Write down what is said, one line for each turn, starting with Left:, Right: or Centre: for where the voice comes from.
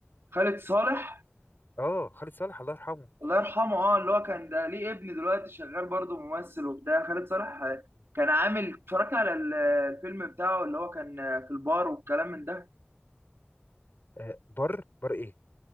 Right: خالد صالح
Left: اه خالد صالح الله يرحمه
Right: الله يرحمه اه اللي هو كان ده ليه ابن دلوقتي شغال برضه ممثل وبتاع خالد صالح آه، كان عامل اتفرجت على ال- الفيلم بتاعه اللي هو كان آه، في البار والكلام من ده
Left: آه، بر بر ايه